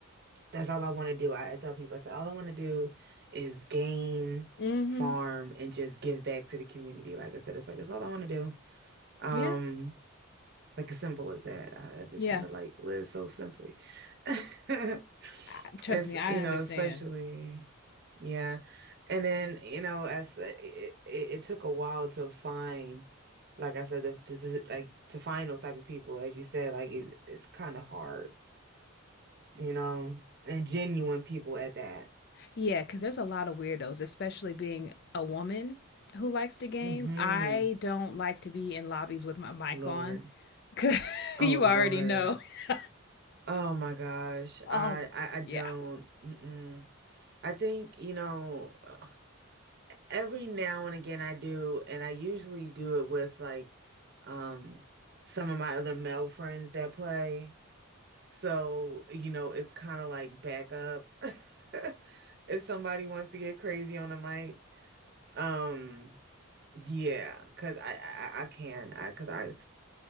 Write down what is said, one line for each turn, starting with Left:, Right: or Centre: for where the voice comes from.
Right: that's all I want to do. I, I tell people I said all I want to do is game,
Left: mm-hmm.
Right: farm, and just give back to the community. Like I said, it's like that's all I want to do. Um.
Left: yeah
Right: Like as simple as that. I, I just
Left: yeah.
Right: want to like live so simply. <laughs>
Left: I, trust
Right: It's,
Left: me, I
Right: you know,
Left: understand.
Right: especially, yeah. And then, you know, as uh, it, it, it took a while to find, like I said, the, to, to- like to find those type of people, as you said, like it, it's kind of hard, you know, and genuine people at that.
Left: Yeah, because there's a lot of weirdos, especially being a woman who likes the game.
Right: hmm
Left: I don't like to be in lobbies with my mic
Right: Lord.
Left: on. <laughs>
Right: Oh,
Left: you
Right: Lord.
Left: already know. <laughs>
Right: Oh my gosh.
Left: Oh
Right: I,
Left: my
Right: I, I
Left: yeah.
Right: don't. Mm-mm. I think, you know. <sighs> every now and again I do, and I usually do it with like um some of my other male friends that play. So, you know, it's kind of like backup <laughs> if somebody wants to get crazy on the mic. Um yeah, cuz I I I can. I cuz I